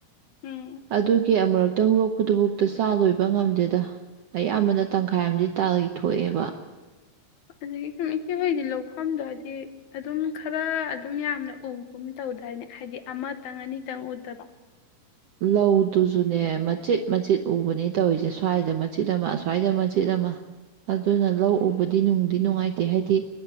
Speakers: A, on the left; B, on the right.
A: ꯎꯝ
B: ꯑꯗꯨꯒꯤ ꯑꯃꯨꯔꯛꯇꯪ ꯂꯣꯛꯄꯗꯨꯕꯨꯛꯇ ꯆꯥ ꯂꯣꯏꯕ ꯉꯝꯗꯦꯗ ꯑꯌꯥꯝꯕꯅ ꯇꯪꯈꯥꯏ ꯑꯃꯗꯤ ꯇꯥꯊꯣꯛꯑꯦꯕ
A: ꯑꯗꯨꯗꯒꯤ ꯁꯨꯝ ꯏꯆꯦꯍꯣꯏꯗꯤ ꯂꯧꯐꯝꯗꯣ ꯍꯥꯏꯗꯤ ꯑꯗꯨꯝ ꯈꯔ ꯑꯗꯨꯝ ꯌꯥꯝꯅ ꯎꯒꯨꯝ ꯇꯧꯗꯅꯦ ꯍꯥꯏꯗꯤ ꯑꯃꯇꯪ ꯑꯅꯤꯇꯪ ꯎꯠꯇꯕ
B: ꯂꯧꯗꯨꯁꯨꯅꯦ ꯃꯆꯦꯠ ꯃꯆꯦꯠ ꯎꯕꯅꯦ ꯇꯧꯔꯤꯁꯦ ꯁ꯭ꯋꯥꯏꯗ ꯃꯆꯦꯠ ꯑꯃ ꯑꯁ꯭ꯋꯥꯏꯗ ꯃꯆꯦꯠ ꯑꯃ ꯑꯗꯨꯅ ꯂꯧ ꯎꯕꯗꯤ ꯅꯨꯡꯗꯤ ꯅꯨꯡꯉꯥꯏꯇꯦ ꯍꯥꯏꯗꯤ